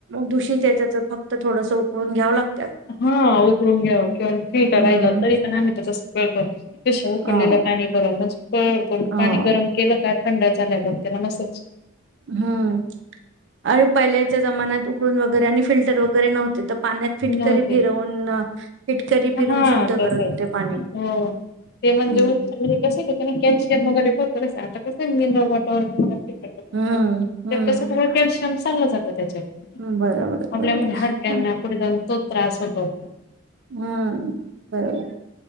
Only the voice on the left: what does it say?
हा उकळून घ्याव किंवा फिल्टर
राहिलं तरी पण आम्ही तसं करतो त्या पेशा उकळलेल्या
पाणी बर म पळ
पाणी गरम केलं का थंड झाल्यावर त्याला मस
नव्हते
हा
तसच
हो ते म्हणजे
कस त्या कॅल्शियम वगैरे पत आता कसं आहे मिनरल वॉटर त्या
कस कॅल्शियम चाललं जातं त्याच्यात
आपल्या
म्हणजे हाडक्यांना
पुुढे जाऊण तोच त्रास होतो.